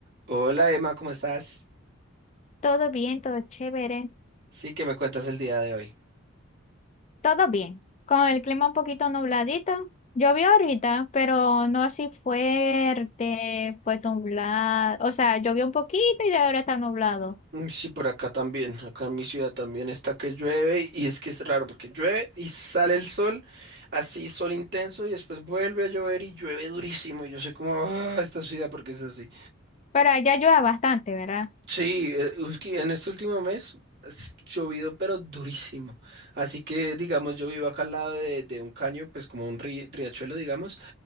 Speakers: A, on the right; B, on the left.
A: Hola Emma, ¿cómo estás?
B: Todo bien, todo chévere,
A: Sí, que me cuentas el día de hoy?
B: todo bien. Con el clima un poquito nubladito. Llovió ahorita, pero no así fuerte, pues nublado. O sea, llovió un poquito y ahora está nublado.
A: Mm, Sí, por acá también, acá en mi ciudad también está que llueve y es que es raro porque llueve y sale el sol, así sol intenso y después vuelve a llover y llueve durísimo. Yo soy como, ah, esta ciudad porque es así.
B: Pero allá llueve bastante, ¿verdad?
A: Sí, eh, ulti- en este último mes es llovido pero durísimo. Así que digamos, yo vivo acá al lado de, de un caño, pues como un ri- riachuelo, digamos,